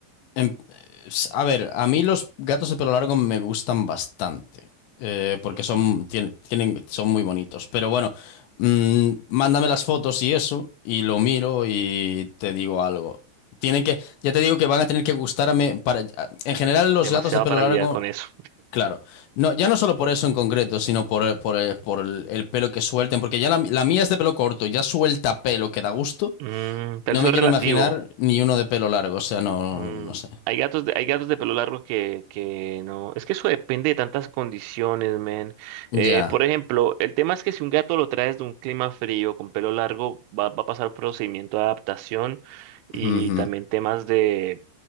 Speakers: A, on the left; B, on the right.
A: en- s- a ver, a mí los gatos de pelo largo me gustan bastante, eh, porque
B: Ujú.
A: son, tien- tienen, son muy bonitos. Pero bueno, mm, mándame las fotos y eso, y lo miro y te digo algo. Tienen que, ya te digo que van a tener que gustarme para, en general los
B: Demasiado
A: gatos de pelo
B: para
A: largo
B: lidiar con eso.
A: Claro. No, ya no solo por eso en concreto, sino por, el- por, el, por el, el pelo que suelten, porque ya la, la mía es de pelo corto, ya suelta pelo que da gusto.
B: Mm, pero
A: No
B: eso
A: me
B: es
A: quiero
B: relativo.
A: imaginar ni uno de pelo largo, o sea, no,
B: Mm,
A: no sé.
B: hay gatos de, hay gatos de pelo largo que, que no. Es que eso depende de tantas condiciones, men.
A: Ya.
B: Eh, por ejemplo, el tema es que si un gato lo traes de un clima frío con pelo largo, va, va a pasar un procedimiento de adaptación y
A: Ujú.
B: también temas de,